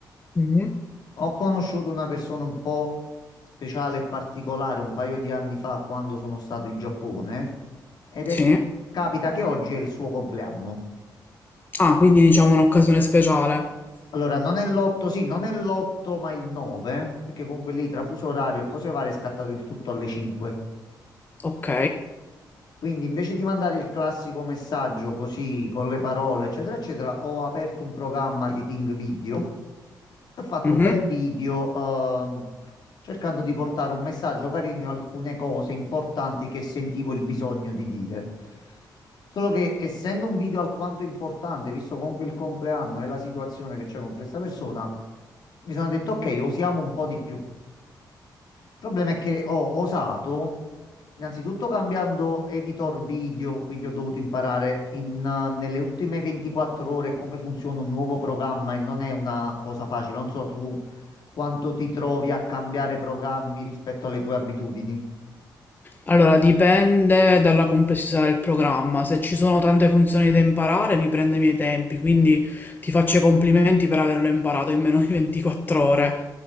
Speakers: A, on the left (about 25°); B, on the left (about 65°).
A: Mhm,
B: ho conosciuto una persona un po' speciale e particolare un paio di anni fa quando sono stato in Giappone ed è
A: Sì.
B: capita che oggi è il suo compleanno.
A: Ah, quindi diciamo un'occasione speciale.
B: Allora, non è l'8, sì, non è l'8, ma il 9, perché comunque lì tra fuso orario e cose varie è scattato il tutto alle 5.
A: Ok.
B: Quindi invece di mandare il classico messaggio così con le parole, eccetera, eccetera, ho aperto un programma di editing video e ho fatto
A: Mhm.
B: un bel video ehm, cercando di portare un messaggio carino e alcune cose importanti che sentivo il bisogno di dire. Solo che essendo un video alquanto importante, visto comunque il compleanno e la situazione che c'è con questa persona, mi sono detto ok, osiamo un po' di più. Il problema è che ho osato, innanzitutto cambiando editor video, quindi ho dovuto imparare in, eh, nelle ultime 24 ore come funziona un nuovo programma e non è una cosa facile. Non so su quanto ti trovi a cambiare programmi rispetto alle tue abitudini.
A: Allora, dipende dalla complessità del programma. Se ci sono tante funzioni da imparare, mi prende i miei tempi, quindi ti faccio i complimenti per averlo imparato in meno di 24 ore.